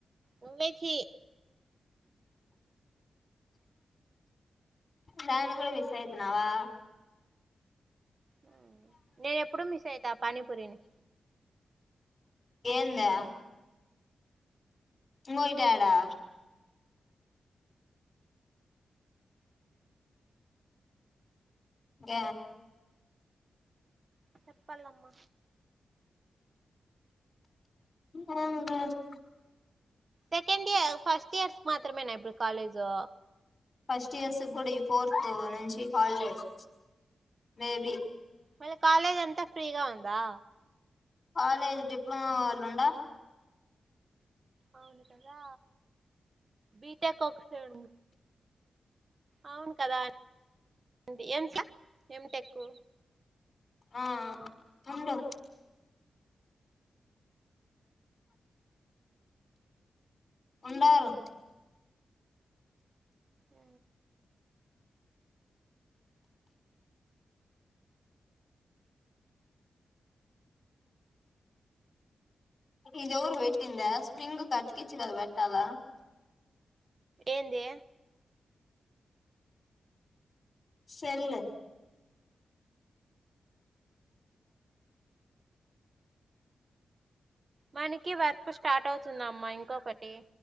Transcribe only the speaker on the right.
నువ్వే చే
హు నేను ఎప్పుడు మిస్ అయితా పానీపూరిని
చెప్పల్లమ్మా
సెకండ్ ఇయర్ ఫస్ట్ ఇయర్స్ మాత్రమేనా ఇబ్బుడు కాలేజు
మల్లి కాలేజ్ అంతా ఫ్రీగా ఉందా
అవును కదా బీటెక్ ఒక్ టె ఉన్ అవును కదా డి ఏంచ ఎంటెక్కు
ఉ
ఏంది
మనకి వర్క్ స్టార్ట్ అవుతుందమ్మ ఇంకొకటి